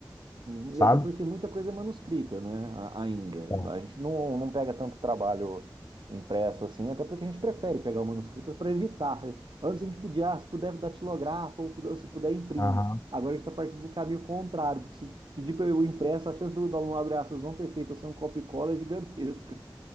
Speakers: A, on the right; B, on the left.
A: Uhum,
B: sabe?
A: E até porque muita coisa é manuscrita, né? a- Ainda.
B: É,
A: A gente não, não pega tanto trabalho impresso assim, até porque a gente prefere pegar o manuscrito para evitar. Antes a gente pedia, ah, se puder datilografa ou puder- se puder imprime.
B: aham.
A: Agora a gente está partindo do caminho contrário, porque se pedir para o impresso, a chance do aluno abre aspas não ter feito ou ser um copia e cola é gigantesca.